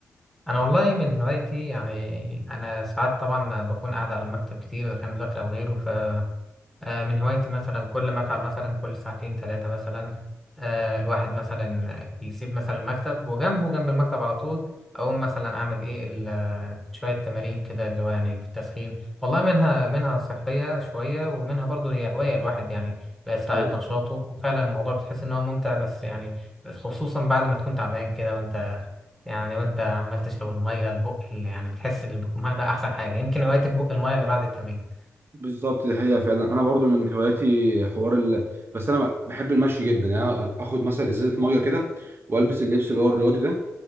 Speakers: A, in the centre; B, on the right.
A: أنا والله من هوايتي يعني أنا ساعات طبعا بكون قاعد على المكتب كتير إذا كان مذاكرة أو غيره آه، من هوايتي مثلا كل ما اتعب مثلا كل ساعتين ثلاثة مثلا آه، الواحد مثلا يسيب مثلا المكتب وجنبه جنب المكتب على طول أقوم مثلا أعمل إيه ال- آه، شوية تمارين كده اللي هو يعني في التسخين والله منها منها صحية شوية ومنها برضه هي هواية الواحد يعني بيستعيد
B: ايوه
A: نشاطه وفعلا الموضوع بتحس إن هو ممتع بس يعني خصوصا بعد ما تكون تعبان كده وأنت يعني وأنت عمال تشرب المية البق اللي يعني بتحس إن البق المية ده أحسن حاجة يمكن هوايتي بق المية اللي بعد التمرين
B: بالظبط دي حقيقه فعلا انا برضو من هواياتي حوار ال... بس انا بحب المشي جدا يعني أنا اخد مثلا ازازه ميه كده والبس اللبس اللي هو الرياضي ده